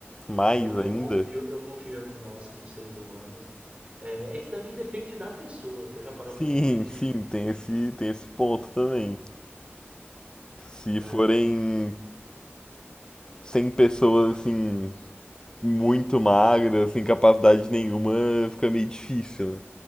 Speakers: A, on the left (about 20°); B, on the right (about 30°).
A: Mais
B: Eu, eu
A: ainda?
B: confio, eu confio em nós como seres humanos. É, é que também depende da pessoa. Você já parou
A: Sim,
B: pra pensar nisso?
A: <laughs> sim, tem esse, tem esse ponto também. Se
B: É,
A: forem 100 pessoas, assim, muito magras, sem capacidade nenhuma, fica meio difícil, né?